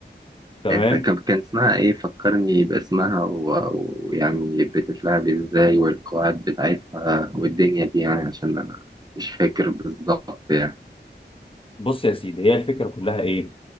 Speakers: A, on the left; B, on the right.
A: تمام
B: كان كان اسمها إيه فكرني باسمها و- ويعني بتتلعب إزاي والقواعد بتاعتها والدنيا دي يعني عشان أنا مش فاكر بالظبط يعني
A: بص يا سيدي هي الفكره كلها ايه